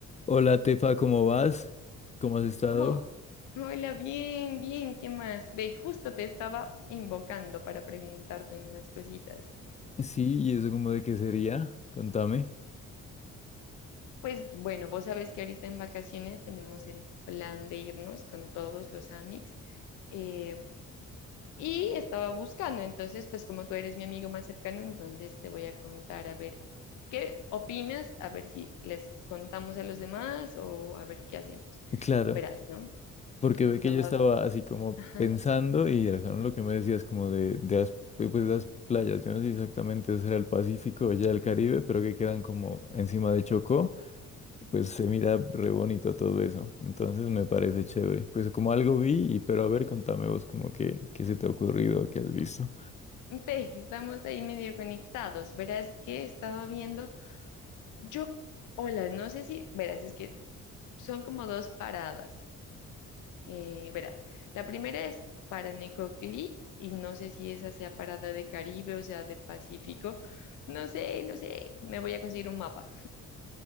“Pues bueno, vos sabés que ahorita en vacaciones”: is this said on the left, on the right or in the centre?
Left